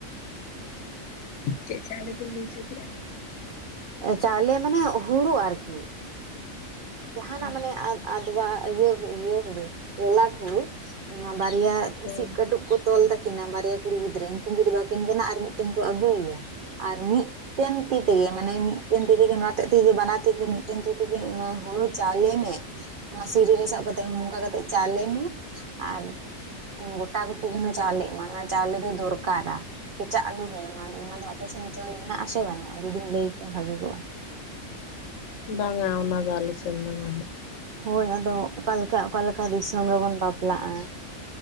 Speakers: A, on the left (about 75°); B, on the right (about 70°).
A: ᱪᱮᱫ ᱪᱟᱣᱞᱮ ᱵᱤᱱ ᱞᱟᱹᱭ ᱦᱚᱪᱚ ᱠᱮᱫ-ᱟ?
B: ᱪᱟᱣᱞᱮ ᱢᱟᱱᱮ ᱦᱩᱲᱩ ᱟᱨᱠᱤ᱾ ᱡᱟᱦᱟᱱᱟᱜ
A: ᱦᱩᱸ
B: ᱢᱟᱱᱮ ᱟᱫᱽᱣᱟ ᱤᱭᱟᱹ ᱦᱩᱲᱩ ᱤᱭᱟᱹ ᱦᱩᱲᱩ ᱞᱚᱞᱟᱴ ᱦᱩᱲᱩ ᱚᱱᱟ ᱵᱟᱨᱭᱟ
A: ᱦᱳᱭ
B: ᱥᱤᱵ ᱠᱟᱹᱴᱩᱵ ᱠᱚ ᱛᱚᱞ ᱛᱟᱹᱠᱤᱱᱟ ᱵᱟᱨᱭᱟ ᱠᱩᱲᱤ ᱜᱤᱫᱽᱨᱟᱹ ᱩᱱᱠᱤᱱ ᱡᱩᱫᱤ ᱵᱟᱹᱠᱤᱱ ᱵᱮᱱᱟ-ᱟ ᱟᱨ ᱢᱤᱫᱴᱮᱱ ᱠᱚ ᱟᱹᱜᱩᱭ ᱮᱭᱟ᱾ ᱟᱨ ᱢᱤᱫ ᱢᱤᱫᱴᱮᱱ ᱛᱤ ᱛᱮᱜᱮ ᱢᱟᱱᱮ ᱢᱤᱫᱴᱮᱱ ᱛᱤ ᱛᱮᱜᱮ ᱱᱚᱣᱟᱴᱟᱜ ᱛᱤ ᱛᱮᱜᱮ ᱵᱟᱱᱟᱨ ᱛᱤᱛᱮ ᱢᱤᱫᱴᱮᱱ ᱛᱤ ᱛᱮᱜᱮ ᱚᱱᱟ ᱦᱩᱲᱩ ᱪᱟᱣᱞᱮ ᱢᱮ᱾ ᱚᱱᱟ ᱥᱤᱨᱤ ᱨᱮ ᱥᱟᱵ ᱠᱟᱛᱮᱜ ᱱᱚᱝᱠᱟ ᱠᱟᱛᱮᱜ ᱪᱟᱣᱞᱮ ᱢᱮ, ᱟᱨ ᱜᱚᱴᱟ ᱜᱩᱴᱤ ᱡᱮᱱᱚ ᱪᱟᱣᱞᱮ ᱢᱟ ᱚᱱᱟ ᱪᱟᱣᱞᱮ ᱫᱚ ᱫᱚᱨᱠᱟᱨᱟ᱾ ᱠᱮᱪᱟᱜ ᱟᱹᱞᱩ ᱢᱮ ᱚᱱᱟ ᱚᱱᱟ ᱫᱚ ᱟᱯᱮ ᱥᱮᱱ ᱪᱚᱝ ᱢᱮᱱᱟᱜ ᱟᱥᱮ ᱵᱟᱹᱱᱩᱜ-ᱟ ᱡᱩᱫᱤᱢ ᱞᱟᱹᱭ ᱠᱮᱟ ᱵᱷᱟᱜᱤ ᱠᱚᱜ-ᱟ?
A: ᱵᱟᱝᱜ-ᱟ ᱚᱱᱟ ᱫᱚ ᱟᱞᱮ ᱥᱮᱱ ᱫᱚ ᱵᱟᱱᱩᱜ
B: ᱦᱳᱭ ᱟᱫᱚ ᱚᱠᱟ ᱞᱮᱠᱟ ᱚᱠᱟ ᱞᱮᱠᱟ ᱫᱤᱥᱚᱢ ᱨᱮᱵᱚᱱ ᱵᱟᱯᱞᱟᱜ-ᱟ᱾